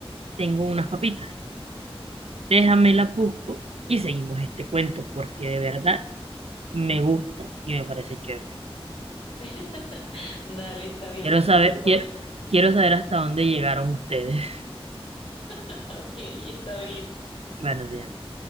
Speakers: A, on the right (about 80°); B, on the left (about 65°).
A: tengo unas papitas. Déjame las busco y seguimos este cuento porque de verdad me gusta y me parece chévere.
B: <laughs> Dale, está bien,
A: Quiero
B: ve por
A: saber,
B: tus papitas.
A: quiero, quiero saber hasta dónde llegaron ustedes.
B: <laughs> Ok, está bien.
A: <laughs> bueno días.